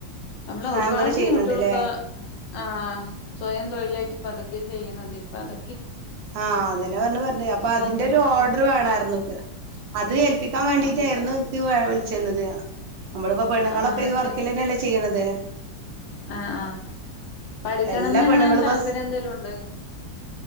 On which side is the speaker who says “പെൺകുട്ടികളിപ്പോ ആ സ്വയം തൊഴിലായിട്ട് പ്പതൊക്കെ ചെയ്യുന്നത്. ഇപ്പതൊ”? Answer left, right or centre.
Left